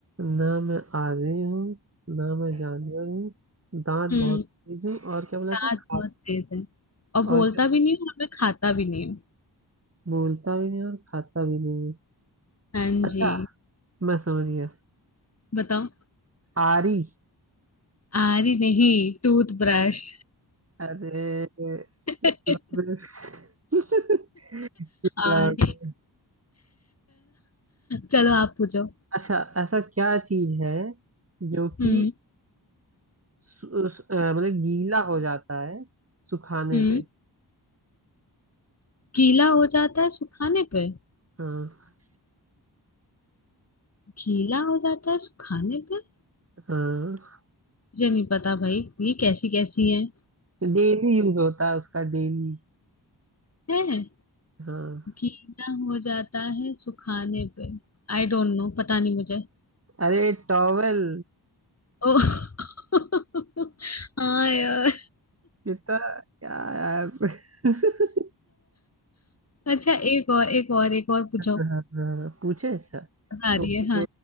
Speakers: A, on the right (about 35°); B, on the left (about 35°).
A: ना मैं आगे हूँ ना मैं जानवर हूँ दांत
B: हम्म
A: बहुत तेज हूँ और क्या बोला
B: दांत
A: था खा
B: बहुत तेज है और
A: और
B: बोलता भी नहीं हूँ और मैं खाता भी नहीं हूँ
A: बोलता भी नहीं और खाता भी नहीं है।
B: हाँ
A: अच्छा
B: जी
A: मैं समझ गया
B: बताओ
A: आरी
B: आरी नहीं टूथब्रश
A: अरे
B: <laughs>
A: मतलब <laughs> क्या हो
B: आरी
A: गया?
B: चलो आप पूछो
A: अच्छा ऐसा क्या चीज है जो कि
B: हम्म
A: सु- उस- अ, मतलब गीला हो जाता है सुखाने
B: हम्म
A: पे
B: गीला हो जाता है सुखाने पे
A: हाँ
B: गीला हो जाता है सुखाने पे
A: हाँ
B: मुझे नहीं पता भाई ये कैसी कैसी है
A: डेली यूज होता है उसका डेली
B: है
A: हाँ
B: गीला हो जाता है सुखाने पे आई डोंट नो पता नहीं मुझे
A: अरे टॉवेल
B: ओ <laughs> हाँ यार
A: कितना क्या यार <laughs>
B: अच्छा एक और एक और एक और पूछो
A: हाँ, हाँ, पूछे अच्छा
B: आ रही
A: ओके
B: है हाँ